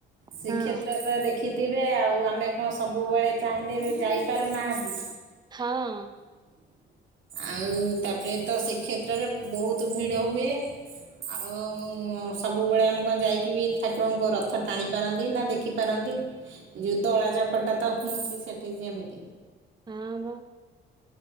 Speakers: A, on the right (about 75°); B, on the right (about 20°).
A: ଶ୍ରୀକ୍ଷେତ୍ରରେ
B: ହଁ।
A: ଦେଖିଥିବେ ଆଉ ଆମେ କଣ ସବୁବେଳେ ଚାହିଁଲେ ଯାଇପାରୁନାହାନ୍ତି।
B: ହଁ।
A: ଆଉ ତାପରେ ତ ଶ୍ରୀକ୍ଷେତ୍ର ରେ ବହୁତ ଭିଡ ହୁଏ। ଆଉ ସବୁବେଳେ ଆମେ କଣ ଯାଇକି ବି ଠାକୁରଙ୍କ ରଥ ଟାଣି ପାରନ୍ତି ନା ଦେଖିପାରନ୍ତି? ଯୋଉ ଦଳା ଚକଟା ତ ହୁଅନ୍ତି ସେଠି ଯେମିତି
B: ହଁ ମ